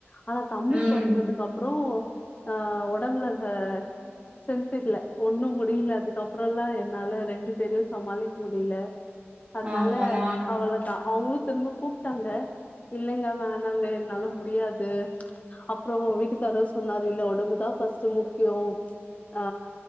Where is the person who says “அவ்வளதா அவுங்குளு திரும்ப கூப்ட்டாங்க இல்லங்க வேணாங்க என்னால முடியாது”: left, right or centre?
Left